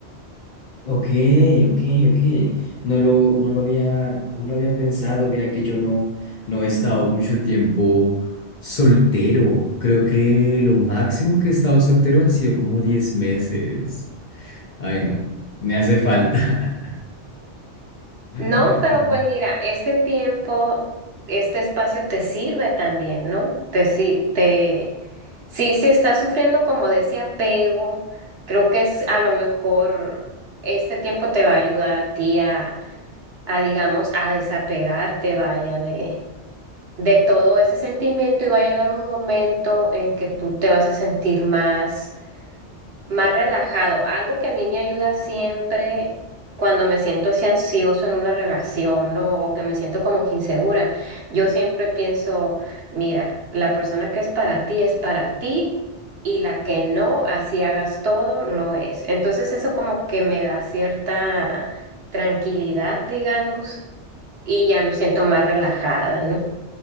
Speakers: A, on the left (about 45°); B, on the right (about 60°).
A: Ok, ok, ok. No lo, no lo había, no lo había pensado. Mira que yo no, no he estado mucho tiempo soltero. Creo que lo máximo que he estado soltero ha sido como 10 meses. Ay, no, me hace falta.
B: No,
A: <laughs>
B: pero pues mira, este tiempo, este espacio te sirve también, ¿no? Te, si- te, sí, si estás sufriendo como de ese apego, creo que es a lo mejor este tiempo te va a ayudar a ti a, a digamos, a desapegarte, vaya, de de todo ese sentimiento y va a llegar un momento en que tú te vas a sentir más, más relajado. Algo que a mí me ayuda siempre cuando me siento así ansioso en una relación, ¿no? O que me siento como que insegura. Yo siempre pienso, mira, la persona que es para ti es para ti. Y la que no, así hagas todo, no es. Entonces eso como que me da cierta tranquilidad, digamos, y ya me siento más relajada, ¿no?